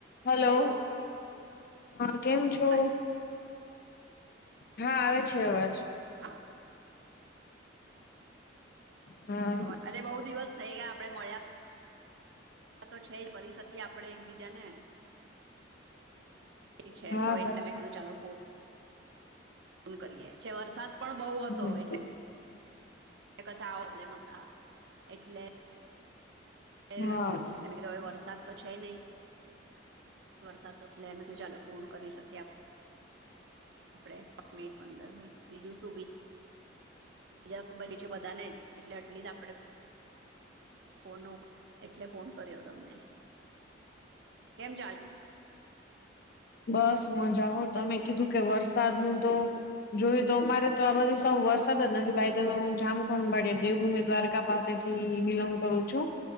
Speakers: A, on the left; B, on the right.
A: Hello
B: hello
A: હા કેમ
B: અવાજ
A: છો? હા આવે છે અવાજ.
B: હા.
A: હા.
B: અવા અરે બહુ દિવસ થઈ ગયા આપે મળ્યા તો છે જ કરી શકીએ આપડે એકબીજાને ફ્રી છે
A: હા
B: તો એટલે
A: સાચી
B: મેં કીધું ચાલો ફન કરી એચ્છે. વરસાદ પણ બહુ હતો
A: હમ
B: એટલે ક આ પ્રબ્લેમ હતા એટલે એટલે
A: હા
B: મે કીધૂ હવે વરસાદ તો છે નય. વરસાદ તો લે મે કે ચાલો ફોન કરી શક્યા. આપડે દસ મિનિટ પંદર મિનિટ બીજું સુ. <unintelligible> છે બધાને જ એટલે એટલી જ આપડે ફોન ન એટલે ફોન કર્યો તમને. કેમ ચાલે?
A: બસ મજામા. તમે કીધું કે વરસાદ નુ તો. જોયું તો અમારે તો આ બાજુ સાવ વરસાદ જ નથી. બાય ધ વે તો હું જામખંભાળિયા દેવભૂમિ દ્વારકા પાસેથી બિલોંગ કરું છું.